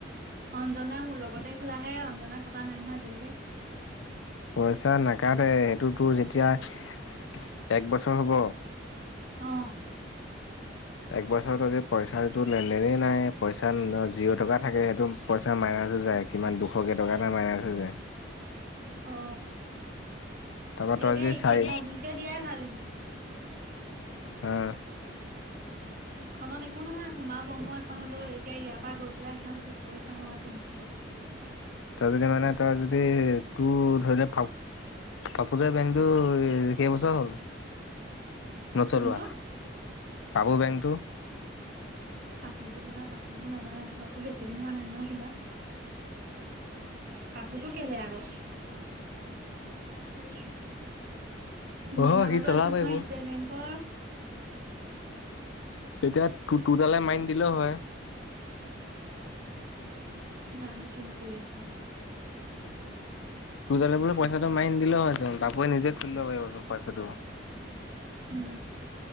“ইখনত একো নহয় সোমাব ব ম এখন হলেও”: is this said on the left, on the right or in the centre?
Right